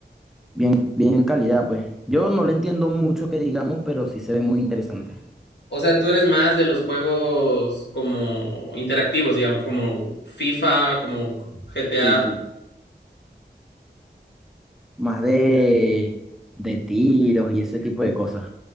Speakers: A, in the centre; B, on the left (about 70°).
A: bien, bien calidad, pues. Yo no le entiendo mucho que digamos, pero sí se ve muy interesante.
B: O sea, tú eres más de los juegos como interactivos, digamos, como FIFA, como GTA,
A: Sí, sí. Más de, de tiros y ese tipo de cosas.